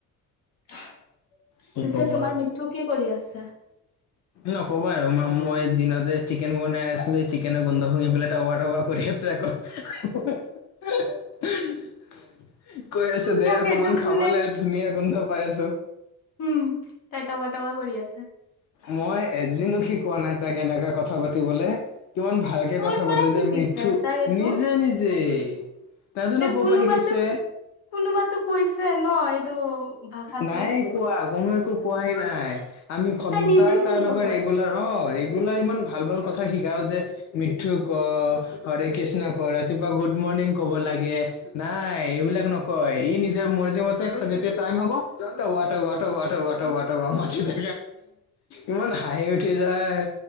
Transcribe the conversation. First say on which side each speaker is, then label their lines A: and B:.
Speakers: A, on the left (about 85°); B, on the left (about 55°).
A: পিছে
B: কি ক'ব
A: তোমাৰ
B: আৰু
A: মিঠু কি কৰি আছে?
B: নক'বা আৰু মা মই দিনতে চিকেন বনাই আছিলো চিকেনৰ গোন্ধ শুঙি পেলাই টাৱা টাৱা কৰি আছে। <unintelligible> <inaudible> কৈ আছে
A: তাক
B: দে অকমান
A: সেইটো কোনে
B: খাবলে ধুনীয়া গোন্ধ। পাই আছো।
A: উম তাই টকা টকা কৰি আছে। <inaudible>
B: মই এদিনো শিকোৱা নাই তাক এনেকৈ কথা পাতিবলে। কিমান ভালকে
A: কৰ
B: কথা
A: পৰা
B: পাতো
A: শিকিছে
B: যে মিথু
A: তাই এইটো
B: নিজে নিজে। নাজানো
A: এই
B: ক'ৰ
A: কোনোবাতো
B: পৰা শিকিছে।
A: কোনোবাতো কৈছে ন এইটো ভাষাটো।
B: নাই কোৱা কোনো একো কোৱাই নাই। আমি সদায়
A: তাই নিজে
B: তাৰ
A: এনেকা
B: লগৰ
A: কয়
B: ৰেগুলাৰ অ' ৰেগুলাৰ ৰেগুলাৰ ইমান ভাল ভাল কথা শিকাও যে মিঠু ক'। হৰে কৃষ্ণ কৰা ৰাতিপুৱা গুড মৰ্ণিং ক'ব লাগে। নাই এইবিলাক নকয় ই নিজৰ মৰ্জিমতে খোজে যেতিয়া টাইম হব তবা তবা তবা মাতি দে ইমান হাঁহি উঠি যায়।